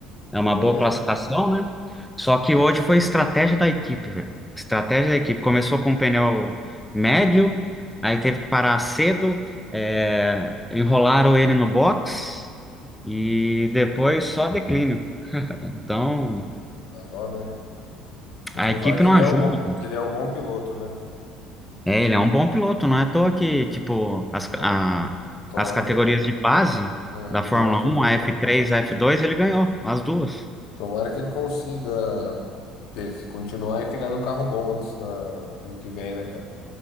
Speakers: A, in the centre; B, on the left (about 65°).
A: É
B: Q2,
A: uma boa classificação,
B: né?
A: né? Só que hoje foi estratégia da equipe, velho. Estratégia da equipe. Começou com um pneu médio, aí teve que parar cedo, é, enrolaram ele no box e depois só declínio. Então,
B: Dá dó, né? Porque
A: a
B: tu
A: equipe
B: me fala que
A: não
B: ele
A: ajuda.
B: é um bom,
A: cara.
B: que ele é um bom piloto, né?
A: É, ele é um bom piloto, não é à toa que, tipo, as,
B: Bom,
A: a-
B: tomara
A: as categorias
B: que
A: de base
B: é,
A: da
B: ele
A: Fórmula
B: ganhou tudo,
A: Um, a
B: né?
A: F3, a F2, ele ganhou as duas.
B: Tomara que ele consiga pe- continuar e ficar num carro bom ano, na- ano que vem, né, cara?